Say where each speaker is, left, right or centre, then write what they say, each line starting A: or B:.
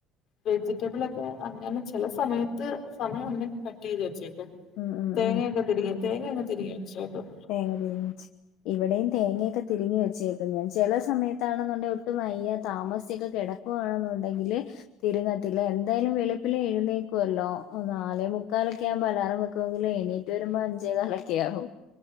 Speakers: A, on the left; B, on the left.
A: വെജിറ്റബിൾ ഒക്കെ അങ്ങെ ചില സമയത്ത് സമയം ഉണ്ടെങ്കിൽ കട്ട് ചെയ്ത് വെച്ചേക്കും
B: ഉം ഉം
A: തേങ്ങൊക്കെ
B: ഉം
A: തിരിവി തേങ്ങയൊക്കെ തിരിവി വെച്ചോക്കും
B: തേങ്ങ <unintelligible> ഇവിടെയും തേങ്ങയൊക്കെ തിരിങ്ങി വച്ചേക്കും ഞാൻ ചില സമയത്തണെന്നുണ്ടെിൽ ഒട്ട് മയ്യ താമസ്യൊക്കെ കിട വാണെന്നുണ്ടെങ്കില് തിരുന്നത്തില്ല എന്തായാലും വളുപ്പിൽ എഴുന്നേക്കുമല്ലോ നാലേ മുക്കാലൊക്കെ ആവുമ്പോ ലറം വെക്കുമെിലും എണീ് റ്റു വരുമ്പോ അഞ്ചേ കാലൊക്കെ ആകും